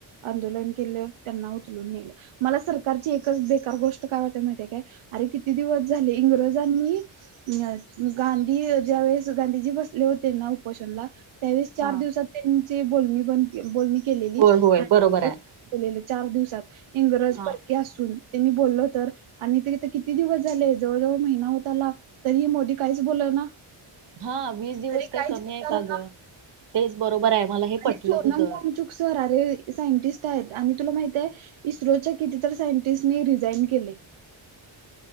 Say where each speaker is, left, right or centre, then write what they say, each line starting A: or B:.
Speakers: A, on the right (about 70°); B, on the right (about 55°).
A: आंदोलन केलं त्यांना उचलून नेल मला सरकारची एक बेकार गोष्ट काय वाट माहिती ये काय अरे किती दिवस झाले इंग्रजांनी अ गांधी ज्या वेळेस गांधीजी बसले होते ना उपोषणला त्यावेळस चार
B: हा
A: दिवसात त्यांची बोलणी बंद बोलणी केलेली
B: होय होय
A: आणि
B: बरोबर आहे
A: <unintelligible> चार दिवसात इंग्रज
B: हा
A: पर के असून त्यांनी बोलल तर आणि ते इत किती दिवस झाले जवळजवळ महिना होत आला तरीही मोदी काहीच बोल ना
B: हा वीस दिवस
A: तरी
B: काय
A: काहीच
B: कमी
A: विचार
B: हाय का
A: ना
B: ग तेच बरोबर हाय मला हे
A: आणि
B: पटलं
A: सोनम
B: तुझं.
A: वांगचुक सर आले सायंटिस्ट आहेत आणि तुला माहितीये इस्रोच्या कितीतर सायंटिस्ट नी रिझाईन केलयं.
B: <inaudible>